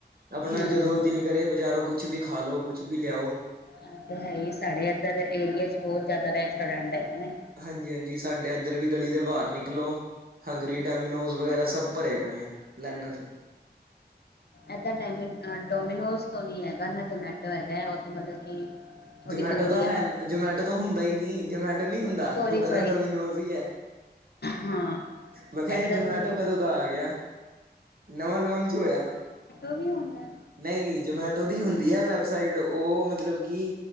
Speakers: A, on the right; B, on the left.
A: ਅਪਣਾ
B: ਹੂੰ
A: ਜਦੋਂ ਦਿਲ ਕਰੇ ਬਜ਼ਾਰੋਂ ਕੁਛ ਵੀ ਖਾ ਲੋ, ਕੁੱਛ ਵੀ ਲੇਆਓ
B: ਐ ਤੇ ਹੈ ਈ ਏ ਸਾਡੇ ਐਦਰ ਦੇ ਏਰੀਏ ਚ ਬੋਤ ਜਾਦਾ ਰੈਸਟੋਰੈਨਟ ਹੈ ਗੇ ਨੇ
A: ਹਾਂਜੀ-ਹਾਂਜੀ ਸਾਡੇ ਐਧਰ ਵੀ ਗੱਲੀ ਦੇ ਬਾਹਰ ਨਿਕਲੋ ਹੰਗਰੀ, ਡੈਮੀਨੋਜ਼ ਵਗੈਰਾ ਸਬ ਪਰੇ ਪਏਂ ਐਂ ਲੈਨਾਂ ਚ
B: ਐਦਾ ਡੈਮੀਨ ਅ ਡੋਮੀਨੋਸ ਤੋਂ ਨੀ ਐਗਾ ਨਾ ਜਮੈਟੋ ਹੈਗਾ ਓ ਤੇ ਮਤਲ ਕਿ ਥੋੜ੍ਹੀ
A: ਜਮੈਟੋ
B: ਦੂਰ
A: ਤਾਂ
B: ਹੀ
A: ਹੈ
B: ਹੈਗਾ
A: ਜਮੈਟੋ ਤੋਂ ਹੁੰਦਾ ਈ ਨੀ ਜਮੈਟੋ ਨੀ ਹੁੰਦਾ,
B: ਸੋਰੀ
A: ਹੁੰਦਾ
B: ਸੋਰੀ
A: ਤਾਂ ਡੋਮੀਨੋਜ ਈ ਐ।
B: ਹਾਂ
A: ਮੈਂ ਕੇਆ ਏ
B: ਇੱਧਰ
A: ਜਮੈਟੋ
B: ਨਹੀਂ ਹੈਗਾ
A: ਕਦੋਂ ਤੋ ਆ ਗਯਾ ਨਵਾਂ ਲੋਂਚ ਹੋਯਾ।
B: ਅਵੀ ਹੁੰਦੈ।
A: ਨਈ ਜਮੈਟੋ ਦੀ ਹੁੰਦੀ ਐ ਵੈਬਸਾਈਟ ਓ ਮਤਲਬ ਕਿ